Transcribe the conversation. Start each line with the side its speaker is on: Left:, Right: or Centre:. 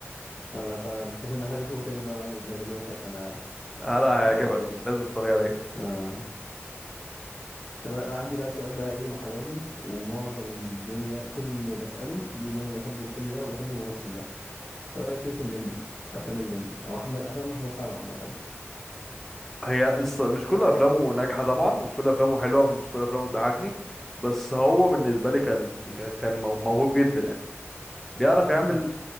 Left: لا فعلا شكلي محتاج اشوفه تاني بقى وانا بدماغي دلوقتي عشان
Centre: آه، لا هيعجبك
Left: افوق له كده
Centre: لازم تتفرج عليه
Left: آه. طب انا أنا عندي بقى سؤال بقى ايه محيرني ومعظم الدنيا كل اللي بساله بيقول انهم بيحبوا الفيلم ده وبيحبوا الممثل ده رايك ايه في الليمبي افلام الليمبي او محمد افلام محمد سعد عامه يعني
Centre: هي الص- مش كل افلامه ناجحه طبعا مش كل افلامه حلوه مش كل افلامه بتضحكني بس هو بالنسبه لي كان كان مو- موهوب جدا يعني بيعرف يعمل
Left: مم.